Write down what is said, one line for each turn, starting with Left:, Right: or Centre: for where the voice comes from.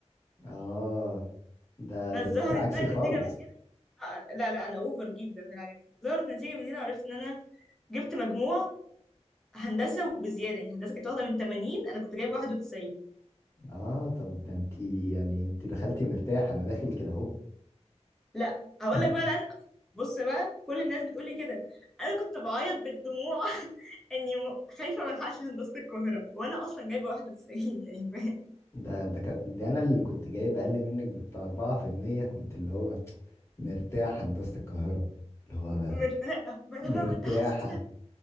Left: اه ده
Centre: بس
Left: ده
Centre: ظهرت
Left: انتي عكسي
Centre: بقى النتيجه
Left: خالص
Centre: من هنا آه، لا لا انا اوفر جدا في الحاجات دي ظهرت نتيجه من هنا عرفت ان انا جبت مجموع هندسه وبزياده يعني هندسه كانت واخده من 80 انا كنت جايبه 91
Left: اه طب ده انتي يعني انتي دخلتي مرتاح انا داخل كده اهو <laughs>
Centre: لا هقول
Left: <clears throat>
Centre: لك بقى لأن بص بقى كل الناس بتقول لي كده انا كنت بعيط بالدموع <laughs> اني م- خايفه ما الحقش هندسه القاهره وانا اصلا جايبه 91 يعني فاهم
Left: ده ده كان- ده انا اللي كنت جايب اقل منك بتاع 4% كنت اللي هو مرتاح هندسة القاهرة اللي هو
Centre: مرتاحه ما انا
Left: مرتاحة
Centre: بقى كنت حاسه